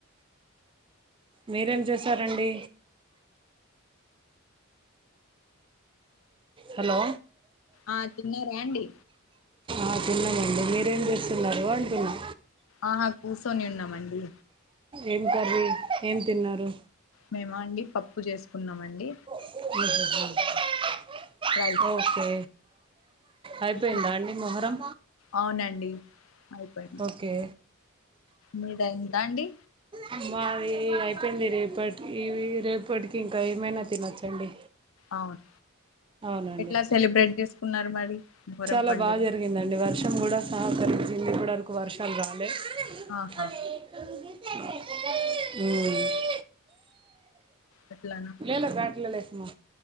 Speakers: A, on the right; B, on the left.
A: మీరేం చేశారండి హలో
B: ఆ తిన్నారా అండి
A: ఆ తిన్నమండి మీరేం చేస్తున్నారు అంటునా
B: ఆహా కూర్చొని ఉన్నామండి
A: ఏం కర్రీ ఏం తిన్నారు
B: మేమా అండి పప్పు చేసుకున్నాము అండి
A: <unintelligible>
B: రైస్
A: ఓకే అయిపోయిందా
B: ఇప్పుడు
A: అండి మొహరం
B: అవునండి అయిపోయి
A: ఓకే
B: మీదయిందా అండి
A: ఆ మా అది అయిపోయింది రేపటికి ఇవి రేపటికి ఇంకా ఏమైనా తినొచ్చండి
B: అవును
A: అవునండి
B: ఎట్లా సెలబ్రేట్ చేసుకున్నారు మరి మొహరం
A: చాలా
B: పండుగ
A: బాగా జరిగిందండి వర్షం కూడా సహకరించింది ఇప్పటివరకు వర్షాలు రాలే
B: ఆహా
A: ఉం
B: గట్లానా
A: <unintelligible> లేలే బ్యాట్లో లేసుమా